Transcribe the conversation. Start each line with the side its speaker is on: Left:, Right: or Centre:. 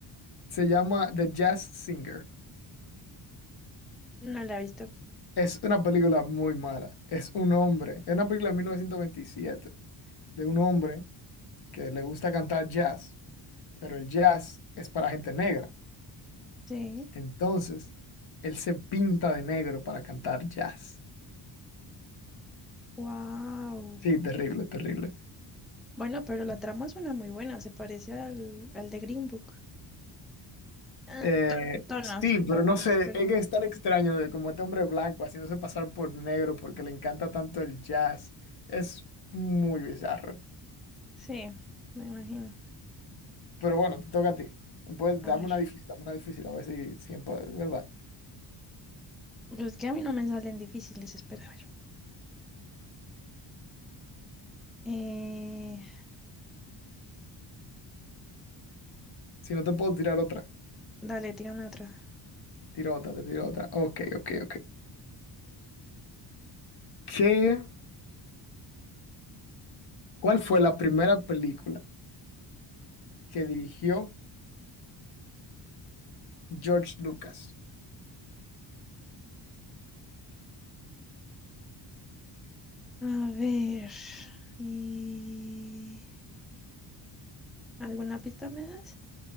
Left: se llama The Jazz Singer.
Centre: No la he visto.
Left: Es una película muy mala. Es un hombre, es una película de 1927 de un hombre que le gusta cantar jazz, pero el jazz es para gente negra.
Centre: Sí.
Left: Entonces, él se pinta de negro para cantar jazz.
Centre: Wow.
Left: Sí, terrible, terrible.
Centre: Bueno, pero la trama suena muy buena. Se parece al, al de Green Book. Ah,
Left: Eh,
Centre: ton- tonos,
Left: sí, pero
Centre: tal
Left: no
Centre: vez,
Left: sé,
Centre: pero
Left: es que es tan extraño de como este hombre blanco haciéndose pasar por negro porque le encanta tanto el jazz. Es muy bizarro.
Centre: sí, me imagino.
Left: Pero bueno, te toca a ti. Puedes,
Centre: A
Left: dame
Centre: ver.
Left: una difícil, dame una difícil, a ver si, si empa- ¿verdad?
Centre: Pues es que a mí no me salen difíciles. Espera, a ver. Eh,
Left: Si no te puedo tirar otra,
Centre: dale, tírame otra.
Left: tiro otra, te tiro otra. Ok, ok, ok. ¿Qué, cuál fue la primera película que dirigió George Lucas?
Centre: A ver. eh, ¿Alguna pista me das?